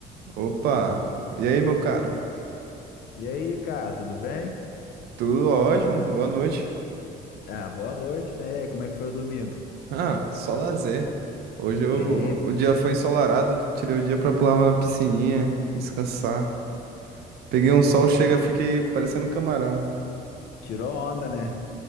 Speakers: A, on the right; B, on the left.
A: Opa! E aí, meu caro?
B: E aí, cara, tudo bem?
A: Tudo ótimo? Boa noite.
B: Ah, boa noite, né? E aí, como é que foi o domingo?
A: Ah, só lazer. Hoje eu-
B: Eita,
A: o dia foi ensolarado, tirei o dia pra pular uma piscininha, descansar. Peguei
B: pô,
A: um sol, chega, fiquei parecendo um camarão.
B: tirou onda, né?